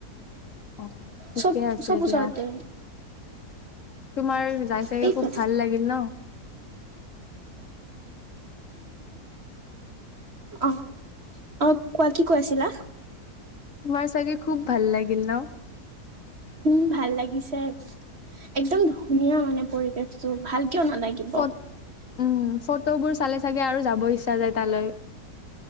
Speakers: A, on the left; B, on the right.
A: আহ ঠিকে
B: চব
A: আছে
B: চব ওচৰতে
A: দিয়া। তোমাৰ,
B: <unintelligible>
A: যাই চাগে
B: এইফালে
A: খুব ভাল লাগিল ন?
B: অ' অ' কোৱা কি কৈ আছিলা।
A: তোমাৰ চাগে খুউব, ভাল লাগিল ন
B: উম ভাল লাগিছে একদম ধুনীয়া মানে পৰিৱেশ টো ভাল কিয় নালাগিব
A: ফ উম ফটোবোৰ চালে চাগে আৰু যাব ইচ্ছা যায় তালৈ